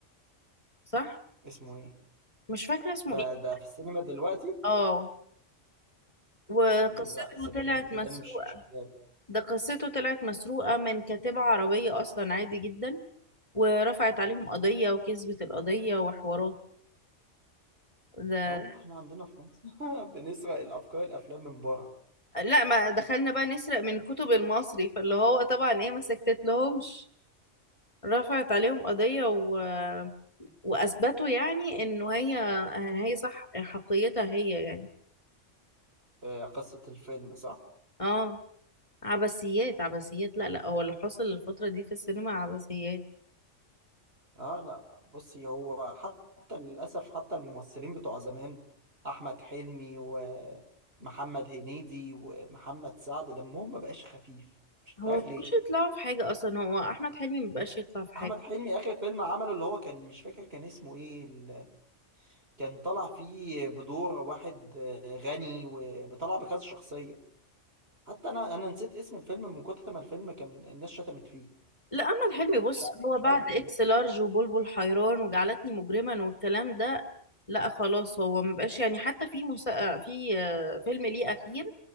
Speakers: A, on the left; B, on the right.
A: صح
B: اسمه ايه
A: مش فاكره اسمه
B: ده
A: ايه
B: ده في السينما دلوقتي
A: اه وقصته
B: لا صدقني
A: طلعت مسروقه
B: صدقني مش مش متابع
A: ده قصته طلعت مسروقه من كاتبه عربيه اصلا عادي جدا ورفعت عليهم قضيه وكسبت القضيه وحوارات ده
B: هو احنا عندنا في مصر <laughs> بنسرق الافكار الافلام من بره
A: لا ما دخلنا بقى نسرق من الكتب المصري فاللي هو طبعا ايه ما سكتت لهمش رفعت عليهم قضية و... وأثبتوا يعني إنه هي هي صح حقيتها هي يعني
B: آه، قصه الفيلم صح
A: اه عبثيات عبثيات لا لا هو اللي حصل الفترة دي في السينما عبثيات
B: اه لا بصي هو حتى للاسف حتى الممثلين بتوع زمان احمد حلمي ومحمد هنيدي ومحمد سعد دمهم ما بقاش خفيف مش
A: هو
B: عارف ليه
A: مش يطلعوا في حاجة أصلا هو أحمد حلمي مبقاش يطلع في حاجة
B: احمد حلمي اخر فيلم عمله اللي هو كان مش فاكر كان اسمه ايه ال- كان طالع فيه بدور واحد آه، غني وطلع بكذا شخصية حتى انا انا نسيت اسم الفيلم من كتر ما الفيلم كان الناس شتمت فيه
A: لا أحمد حلمي بص
B: مش عارف
A: هو
B: مش
A: بعد
B: عارف ليه
A: إكس لارج وبلبل حيران وجعلتني مجرما والكلام ده لا خلاص هو مبقاش يعني حتى في مسا... في آه، فيلم ليه أخير